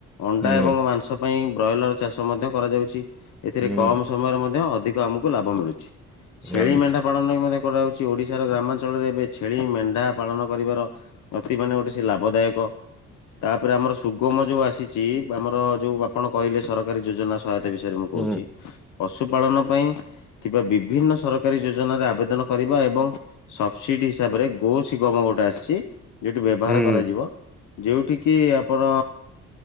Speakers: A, on the left; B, in the centre.
A: ଅଣ୍ଡା
B: ହୁଁ
A: ଏବଂ ମାଂସ ପାଇଁ ବ୍ରଏଲର ଚାଷ ମଧ୍ୟ କରାଯାଉଚି, ଏଥିରେ
B: ହୁଁ
A: କମ୍ ସମୟରେ ମଧ୍ୟ ଅଧିକ ଆମକୁ ଲାଭ ମିଳୁଚି। ଛେଳି
B: ଜାଣୁଛି
A: ମେଣ୍ଢା ପାଳନ ମଧ୍ଯ କରା <unintelligible> ଓଡ଼ିଶାର ଗ୍ରାମାଞ୍ଚଳରେ ଏବେ ଛେଳି ମେଣ୍ଢା ପାଳନ କରିବ ଅତି ମାନେ ଗୋଟେ ସେ ଲାଭଦାୟକ। ତାପରେ ଆମର ସୁଗମ ଯୋଉ ଆସିଛି ଆମର ଯୋଉ ଆପଣ କହିଲେ ସରକାରୀ ଯୋଜନା। ସହାୟତା ବିଷୟରେ ମୁଁ
B: ହୁଁ
A: କହୁଛି ପଶୁ ପାଳନ ପାଇଁ ଥିବା ବିଭିନ୍ନ ସରକାରୀ ଯୋଜନାରେ ଆବେଦନ କରିବା ଏବଂ ସବସିଡି ହିସାବରେ ଗୋ ଶିଗମ ଗୋଟେ ଆସିଛି ଯୋଉଟା ବ୍ୟବହାର
B: ହୁଁ
A: କରାଯିବ ଯୋଉଠ କିି ଆପଣ